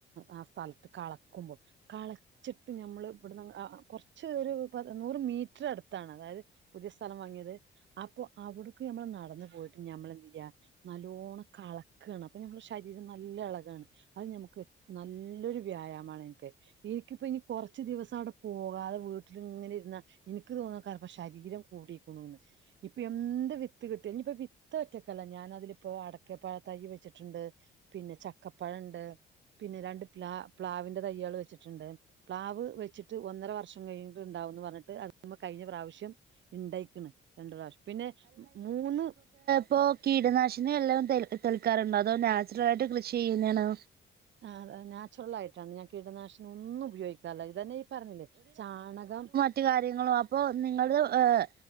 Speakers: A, on the right; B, on the right.
A: ആ സ്ഥലത്ത് കളക്കുമ്പോ കളക് ച്ച്ട്ട് ഞമ്മള് ഇവിട് ന്ന് അ അ കൊർച്ച് ഒരു പ നൂറ് മീറ്ററ് അട്ത്താണ് അതായത് പുതിയ സ്ഥലം വാങ്ങിയത് അപ്പൊ അവ്ട്ക്ക് നമ്മള് നടന്നു പോയിട്ട് ഞമ്മളെന്ത്‌യ്യാ നല്ലോണ്ണം കളക്കാണ് അപ്പൊ നമ്മുടെ ശരീരം നല്ല എളകാണ്. അത് ഞമ്മക്ക് നല്ലൊരു വ്യായാമാണ് ഇൻക്ക് എനിക്കിപ്പ ഇനി കൊറച്ച് ദിവസം അവ്ടെ പോകാതെ വീട്ടില് ങ്ങനെ ഇരുന്നാ എനിക്ക് തോന്നാകാരം പ്പ ശരീരം കൂടീക്ക്‌ണൂന്ന് ഇപ്പൊ എന്ത്‌ വിത്ത്‌ കിട്ടിയാലും ഞ്ഞിപ്പ വി ത്ത്‌ ഒറ്റക്കല്ല ഞാനതിലിപ്പോ അടക്ക പഴ തൈ വെച്ചിട്ടുണ്ട് പിന്നെ ചക്കപ്പഴംണ്ട്. പിന്നെ രണ്ട് പ്ലാ പ്ലാവിന്റെ തയ്യാള് വെച്ചിട്ട്ണ്ട്. പ്ലാവ് വെച്ചിട്ട് ഒന്നര വർഷം കഴിഞ്ഞിട്ട്ണ്ടാവുന്ന് പർഞ്ട്ട് അട്ത് മ്മ കഴിഞ്ഞ പ്രാവശ്യം ഇണ്ടയ്ക്ക്‌ണ് രണ്ട്‌ പ്രാവശ്യം പിന്നെ മൂന്ന്
B: ഇപ്പോ കീടനാശിനി വെല്ലതും തെള് തെളിക്കാറുണ്ടോ അതോ നാച്ചുറലായിട്ട് കൃഷി ചെയ്യ്ന്നേണോ
A: ആഹ് അതെ നാച്ചുറലായിട്ടാണ് ഞാൻ കീടനാശിനി ഒന്നും ഉപയോഗിക്കാറില്ല ഇതെന്നെ ഈ പറഞ്ഞില്ലേ ചാണകം
B: മറ്റ് കാര്യങ്ങളും അപ്പൊ നിങ്ങള് ഹ്